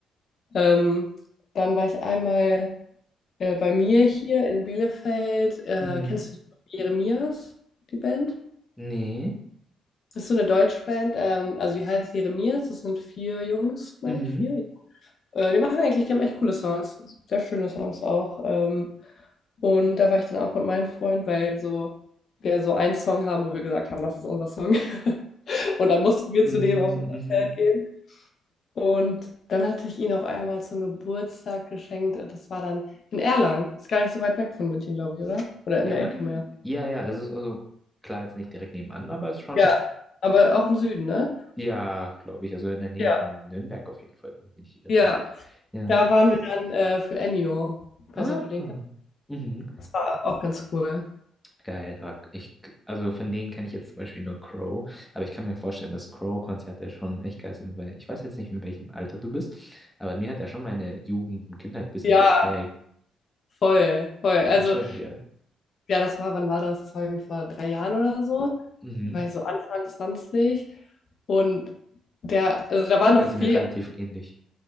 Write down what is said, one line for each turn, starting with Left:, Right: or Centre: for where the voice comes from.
Left: ähm, dann war ich einmal äh, bei mir hier in Bielefeld. Äh,
Centre: Mhm.
Left: kennst du Jeremias, die Band?
Centre: Nee.
Left: Das ist so eine Deutschband, ähm, also die heißt Jeremias, das sind vier Jungs, meine
Centre: Mhm.
Left: ich, vier, Äh, die machen eigentlich, die haben echt coole Songs, sehr schöne Songs auch. Ähm, und da war ich dann auch mit meinem Freund, weil so wir so einen Song haben, wo wir gesagt haben, das ist unser Song. <laughs> Und dann mussten wir
Centre: Mhm.
Left: zu dem auf ein Konzert
Centre: Mhm.
Left: gehen. Und dann hatte ich ihn auch einmal zum Geburtstag geschenkt. Das war dann in Erlangen. Ist gar nicht so weit weg von München, glaube ich, oder? Oder in
Centre: Erlangen?
Left: der Ecke mehr.
Centre: Ja, ja, es ist also klar jetzt nicht direkt nebenan, aber es ist schon,
Left: Ja, aber auch im Süden, ne?
Centre: ja, glaube ich, also in der Nähe
Left: Ja,
Centre: von Nürnberg auf jeden Fall, wenn ich mich nicht irre.
Left: ja.
Centre: Ja.
Left: Da waren wir dann äh, für Ennio. Ich
Centre: Ah.
Left: weiß nicht, ob du den kennst.
Centre: Mhm.
Left: Das war auch ganz cool.
Centre: Geil. aber Ich, also von denen kenne ich jetzt zum Beispiel nur Crow, aber ich kann mir vorstellen, dass Crow-Konzerte schon echt geil sind, weil ich weiß jetzt nicht, in welchem Alter du bist, aber mir hat er schon meine Jugend und Kindheit ein bisschen
Left: Ja,
Centre: geprägt.
Left: Voll, voll.
Centre: Ja,
Left: Also,
Centre: schon, gell.
Left: ja, das war, wann war das? Das war irgendwie vor drei Jahren oder so. Da
Centre: Mhm.
Left: war ich so Anfang 20 Und der, also da
Centre: Ja,
Left: war
Centre: okay,
Left: noch
Centre: sind
Left: viel,
Centre: wir relativ ähnlich.